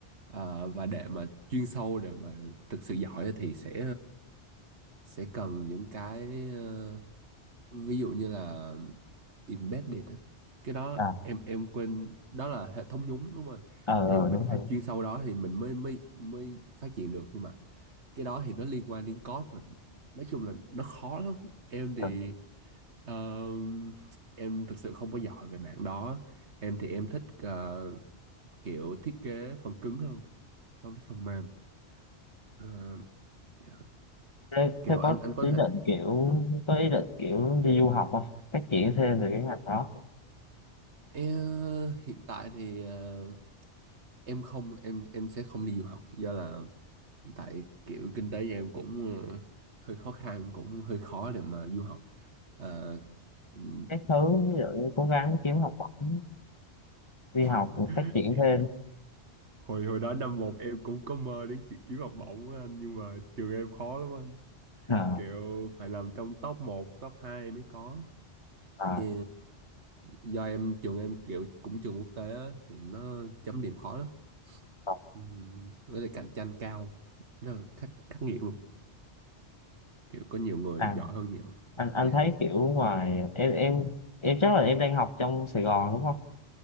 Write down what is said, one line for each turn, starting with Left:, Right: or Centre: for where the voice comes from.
Right: Ờ, và để mà chuyên sâu để mà thực sự giỏi thì sẽ sẽ cần những cái ờ, ví dụ như là embedded á. cái đó
Left: à
Right: em em quên đó là hệ thống nhúng đúng rồi
Left: ờ
Right: thì
Left: ờ,
Right: mình
Left: đúng
Right: phải
Left: rồi
Right: chuyên sâu đó thì mình mới mới mới phát triển được nhưng mà cái đó thì nó liên quan đến code mà nói chung là nó khó lắm em thì
Left: Ờ.
Right: ờ, em thực sự không có giỏi về mảng đó em thì em thích ờ, kiểu thiết kế phần cứng hơn so với phần mềm Ờ, dạ.
Left: Thế,
Right: kiểu
Left: thế
Right: anh
Left: có
Right: anh có
Left: ý
Right: thể
Left: định kiểu
Right: <clears throat>
Left: có ý định kiểu đi du học không? Phát triển thêm về cái ngành đó.
Right: Em, hiện tại thì ờ, em không em em sẽ không đi du học do là tại kiểu kinh tế nhà em cũng ờ, hơi khó khăn cũng hơi khó để mà du học Ờ, ừm.
Left: Các thứ ví dụ như cố gắng kiếm học bổng đi học
Right: <laughs>
Left: phát triển thêm.
Right: hồi hồi đó năm một em cũng có mơ đến chuyện kiếm học bổng á anh nhưng mà trường em khó lắm anh
Left: À,
Right: kiểu phải nằm trong top một top 2 mới có
Left: à,
Right: Chứ do em trường em kiểu cũng trường quốc tế á, thì nó chấm điểm khó lắm.
Left: còn-
Right: Ừm, với lại cạnh tranh cao, rất là khắc, khắc nghiệt luôn. Kiểu có nhiều người
Left: à,
Right: giỏi hơn nhiều.
Left: anh anh
Right: Dạ,
Left: thấy kiểu ngoài em em em chắc là em đang học trong Sài Gòn đúng không?